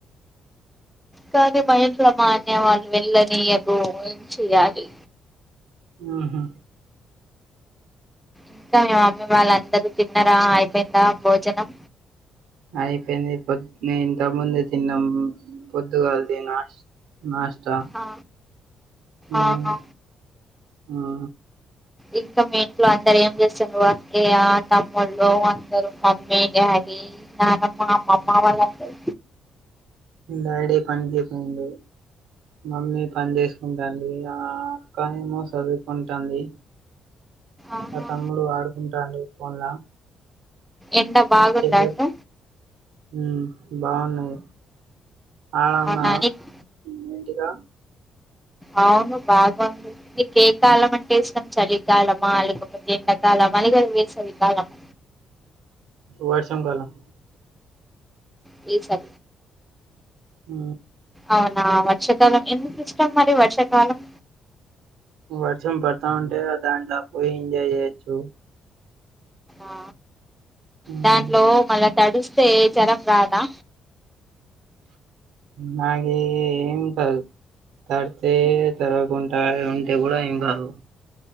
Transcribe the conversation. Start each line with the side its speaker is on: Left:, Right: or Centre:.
Centre: కాదే మా ఇంట్లా మ అది వెళ్ళనియదు ఏం చెయ్యాలి.
Right: ఉహూ
Centre: ఇంకా మీ మమ్మీ వాళ్ళు అందరూ తిన్నరా అయిపోయిందా భోజనం.
Right: అయిపోయింది పొద్దున్నే ఇంతముందు తిన్నాం పొద్దుగాలది నా నాష్టా
Centre: ఆ
Right: ఉమ్
Centre: ఆహా
Right: ఆ
Centre: ఇంకా మీ ఇంట్లో అందరు ఏం చేస్తూరృ అక్కయ తమ్ముళ్ళు అందరు మమ్మీ డాడీ నానమ్మ అమ్మమ్మ వాళ్ళందరు.
Right: డాడీ పనికిపోయింది మమ్మీ పని చేసుకుంటాంది. ఆ అక్క ఏమో చదువుకుంటంది
Centre: ఆహా
Right: ఆ తమ్ముడు ఆడుకుంటండు పోన్లా
Centre: ఎండ బాగుందా
Right: <unintelligible>
Centre: అటు
Right: ఉ బాగున్నాయి ఆడనున్నద
Centre: అవునా నీకు
Right: <unintelligible>
Centre: అవును బాగుంది నీకు ఏ కాలం అంటే ఇస్టం చలికాలమా లేకపోతే ఎండాకాలమా అదిగనీ వేసవి కాలమా
Right: వర్షం కాలం
Centre: ఈ <unintelligible>
Right: హ
Centre: అవునా వర్షాకాలం ఎందుకు ఇష్టం మరి వర్షాకాలం
Right: వర్షం పడత ఉంటే దాంట్ల పోయి ఎంజాయ్ చేయొచ్చు
Centre: ఆ
Right: ఉమ్
Centre: దాంట్లో మళ్ళా తడుస్తే జ్వరం రాదా
Right: నాగే ఏం కాదు తడితే తడ్వావకుంట ఉంటే కూడా ఏం కాదు